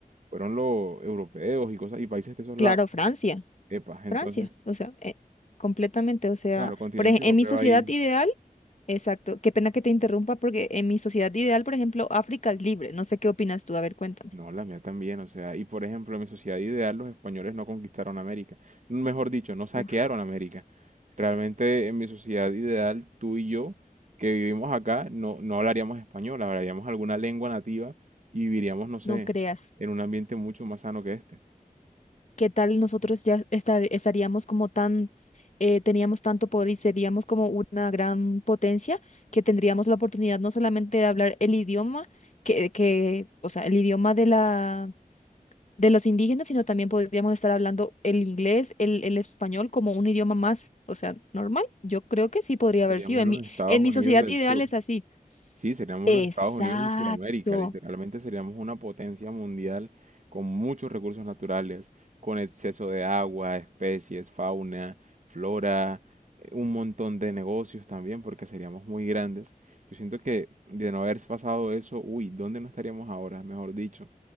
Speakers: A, on the right; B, on the left.
A: Fueron los europeos y cosas, y países de esos
B: claro,
A: lados.
B: Francia,
A: Epa, entonces,
B: Francia, o sea, eh, completamente, o sea,
A: claro, continente
B: por ej-
A: europeo
B: en mi sociedad
A: ahí.
B: ideal, exacto, qué pena que te interrumpa porque en mi sociedad ideal, por ejemplo, África es libre, no sé qué opinas tú, a ver, cuéntame.
A: No, la mía también, o sea, y por ejemplo, en mi sociedad ideal los españoles no conquistaron América, mejor dicho, no saquearon
B: Uf,
A: América. Realmente en mi sociedad ideal, tú y yo, que vivimos acá, no, no hablaríamos español, hablaríamos alguna lengua nativa y viviríamos, no sé,
B: no creas,
A: en un ambiente mucho más sano que este.
B: ¿qué tal nosotros ya estar- estaríamos como tan, eh, teníamos tanto poder y seríamos como una gran potencia que tendríamos la oportunidad no solamente de hablar el idioma, que, que, o sea, el idioma de la de los indígenas, sino también podríamos estar hablando el inglés, el, el español como un idioma más, o sea, normal. Yo creo que sí podría haber
A: Seríamos
B: sido. En
A: los
B: mi,
A: Estados
B: en mi
A: Unidos
B: sociedad
A: del
B: ideal
A: Sur.
B: es así.
A: Sí, seríamos
B: Exacto,
A: los Estados Unidos de Sudamérica, literalmente seríamos una potencia mundial con muchos recursos naturales, con exceso de agua, especies, fauna, flora, eh, un montón de negocios también, porque seríamos muy grandes. Yo siento que de no haber pasado eso, uy, ¿dónde no estaríamos ahora? Mejor dicho,